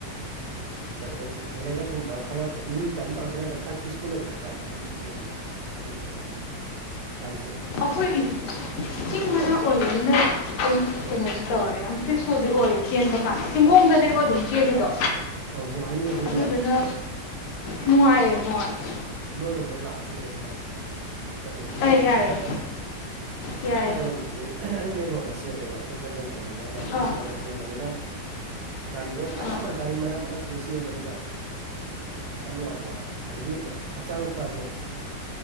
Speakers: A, on the right; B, on the left.
A: ꯅꯠꯇ꯭ꯔꯒ ꯑꯗꯨꯝ ꯂꯩꯔꯛꯀꯨꯝꯕ ꯈꯔ ꯑꯗꯨꯝ ꯃꯤ ꯒꯥꯔꯤ ꯄꯥꯡ ꯆꯦꯟꯗꯕ ꯈꯔ ꯄꯤꯁꯐꯨꯜ ꯑꯣꯏꯕ ꯍꯥꯏꯇꯥꯔꯦ ꯑꯗꯨꯝꯕꯗ ꯆꯦꯟꯕ꯭ꯔꯥ ꯌꯦꯡꯁꯤ ꯀꯣ ꯒꯔꯤꯁꯦ
B: ꯑꯩꯈꯣꯢꯒꯤꯗꯤ ꯆꯤꯡ ꯃꯅꯥꯛ ꯑꯣꯏꯕꯅꯤꯅ <unintelligible>
A: ꯑꯧ
B: ꯀꯩꯅꯣꯗꯤ ꯇꯧꯔ ꯌꯥꯝ ꯄꯤꯁꯐꯨꯜꯗꯤ ꯑꯣꯏꯌꯦ ꯆꯦꯟꯕ ꯀꯥꯟꯗ ꯆꯤꯡꯒꯣꯡꯗꯅꯦꯕ ꯑꯗꯨꯝ ꯆꯦꯜꯂꯤꯗꯣ
A: ꯑꯥ ꯑꯣ ꯅꯨꯡꯉꯥꯏꯅꯤ ꯑꯗꯨꯗꯤ
B: ꯑꯗꯨꯗꯨꯅ
A: ꯌꯥꯝꯅ
B: ꯅꯨꯡꯉꯥꯏꯌꯦ ꯅꯨꯡꯉꯥꯏꯌꯦ
A: ꯅꯣꯏꯔꯣꯝꯗ ꯑꯣꯢꯅ ꯂꯥꯛꯑ ꯆꯦꯜꯂꯁꯤꯔ ꯈꯪꯗꯦ ꯂꯥꯝꯖꯦꯜ ꯆꯜꯂꯤꯁꯦ
B: ꯑꯦ ꯌꯥꯏꯌꯦ
A: ꯑꯩꯈꯣꯏꯔꯣꯝꯗꯗꯤ
B: ꯌꯥꯏꯌꯦ
A: ꯑꯩ ꯃꯦꯟ ꯔꯣꯗ ꯆꯦꯜꯂꯦꯕ ꯑꯇꯣꯞꯄ ꯂꯩꯇꯕꯅꯤꯅ ꯂꯝꯗꯣ
B: ꯑꯥ
A: ꯃꯦꯟ ꯔꯣꯗ ꯆꯦꯟꯕꯅꯤꯅ ꯒꯥꯔꯤꯗꯣ ꯃꯌꯥꯝ
B: ꯑꯥ
A: ꯑꯃ ꯒꯥꯔꯤ ꯃꯌꯥꯝ ꯃꯔꯛꯇꯨꯗ ꯆꯦꯟꯕꯅꯤꯅ ꯎ ꯈꯔ ꯅꯨꯡꯉꯥꯏꯕ ꯋꯥꯠꯂꯦ ꯑꯗꯒꯤ ꯍꯛꯆꯥꯡ ꯐꯒꯦꯅ